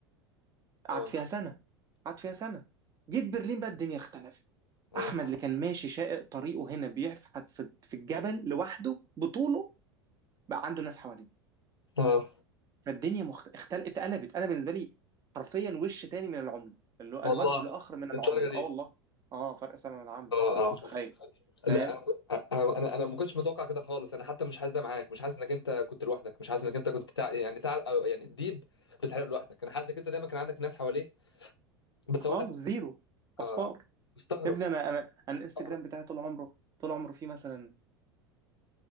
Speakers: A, on the right; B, on the left.
A: قعدت
B: اه
A: فيها سنه قعدت فيها سنه جيت برلين بقى الدنيا اختلفت
B: اه,
A: احمد اللي كان ماشي شائق طريقه هنا بيحفحت في في الجبل لوحده بطوله بقى عنده ناس حواليه
B: آه.
A: فالدنيا مخت... اختل... اتقلبت انا بالنسبه لي حرفيا وش تاني من العمله اللي هو
B: والله
A: الوجه الاخر من
B: للدرجه
A: العمله
B: دي
A: اه والله اه فرق سما من العمى انت
B: اه
A: مش متخيل
B: آه.
A: فاهم
B: لا انا انا انا أنا ما كنتش متوقع كده خالص انا حتى مش حاسس ده معاك مش حاسس انك انت كنت لوحدك مش حاسس انك انت كنت تع... يعني تع... أو يعني ديب بتحارب لوحدك انا حاسس انك انت دايما كان عندك ناس حواليك بس
A: خالص
B: اقول لك لا
A: زيرو اصفار
B: اه مستغرب
A: يا ابني انا انا انا الانستجرام
B: مستغرب
A: بتاعي طول عمره طول عمره فيه مثلا